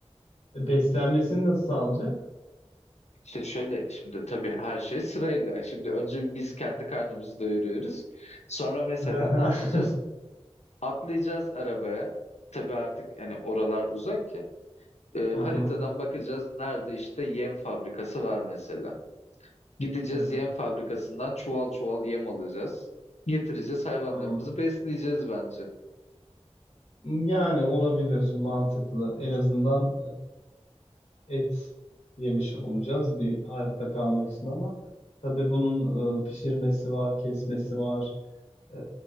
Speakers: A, on the left; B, on the left.
A: beslenmesini nasıl sağlayacak?
B: İşte şöyle şimdi tabii her şey sırayla. Şimdi önce biz kendi karnımızı doyuruyoruz. Sonra mesela
A: <laughs>
B: ne yapacağız? Atlayacağız arabaya. Tabii artık hani oralar uzak. E,
A: Hı hı,
B: haritadan bakacağız nerede işte yem fabrikası var mesela. Gideceğiz
A: evet.
B: yem fabrikasından çuval çuval yem alacağız. Getireceğiz hayvanlarımızı
A: Hmm.
B: besleyeceğiz bence.
A: Yani olabilir, mantıklı. En azından e, et yemiş olacağız bir hayatta kalmak için ama tabii bunun e, pişirmesi var, kesmesi var. E,